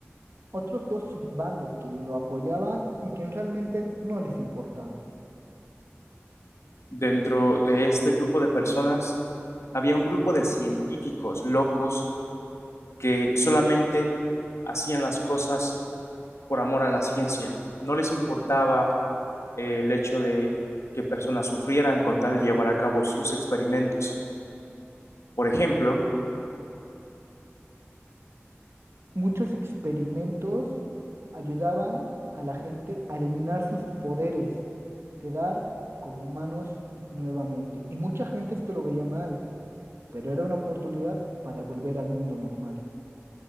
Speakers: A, on the right; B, on the left.
A: otros dos subbandos quienes lo apoyaban y quien realmente no les importaba.
B: Dentro de este grupo de personas había un grupo de científicos locos que solamente hacían las cosas por amor a la ciencia. No les importaba eh, el hecho de que personas sufrieran con tal de llevar a cabo sus experimentos. Por ejemplo,
A: Muchos experimentos ayudaban a la gente a eliminar sus poderes, quedar como humanos nuevamente. Y mucha gente esto lo veía mal, pero era una oportunidad para volver al mundo normal.